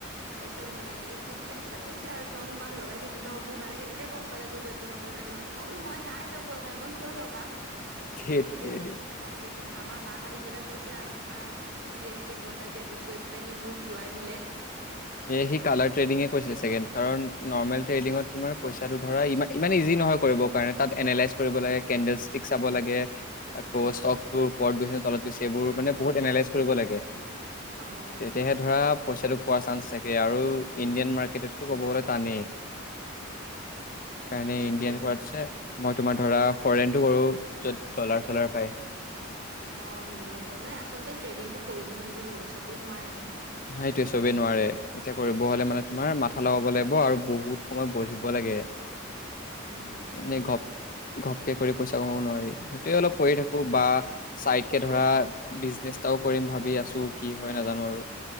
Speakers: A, on the right; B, on the left.
A: তাৰপিছত নে সি মোক আহি পেলাই কৈছে আৰু তই মোক মাক লগাই দিলি ন মোৰ মায়ে কেনেকে গম পালে গুগল পে'ৰ পইচা নোহোৱা হৈছে মই বোল মই নাই লগোৱা ভাই মই কিয় লগাম
B: থেত
A: নিজে
B: তেৰি
A: চাইছে চাই মেলি আমাৰ মাক আহি পেলাই কৈছে আৰু এনেকা ই এনেকে পইচা ট্ৰেডিং কৰি পেলাই নি মোৰ জোৱাই দিলে
B: সি কালাৰ ট্ৰেডিঙে কৰিছিলে চাগে কাৰণ নৰ্মেল ট্ৰেডিঙত তোমাৰ পইচাটো ধৰা ইমান ইজি নহয় কৰিবৰ কাৰণে তাত এনালাইচ কৰিব লাগে কেণ্ডেল ষ্টিক চাব লাগে কষ্ট অক্ৰোপ ওপৰত গৈছে তলত গৈছে এইবোৰ মানে বহুত এনলাইজ কৰিব লাগে।
A: অঁ
B: তেতিয়াহে ধৰা পইচাটো। পোৱা চান্স থাকে আৰু ইণ্ডিয়ান মাৰ্কেটতটো ক'ব গ'লে টানেই। কাৰণ ইণ্ডিয়ান
A: তাকেহে
B: কোৱাটছে- মই তোমাৰ ধৰা ফৰেইনটো কৰো য'ত ডলাৰ চালাৰ পায়।
A: অ সেইবিলাকত মানে আচলতে ট্ৰেডিংটো কৰিব জানিব লাগিব চবেই নোৱাৰে ন।
B: সেইটোৱে চবেই নোৱাৰে এতিয়া কৰিব হ'লে মানে তোমাৰ মাথা লগাব লাগিব আৰু বহুত সময় বঢ়িব লাগে।
A: উম সেইটোৱে
B: এনেই ঘপ ঘপকে কৰি পইচা কমাব নোৱাৰে। সেইটোৱে অলপ কৰি থাকোঁ বা চাইড কে ধৰা বিজনেচটাও কৰিম ভাবি আছোঁ কি হয় নাজানোঁ আৰু।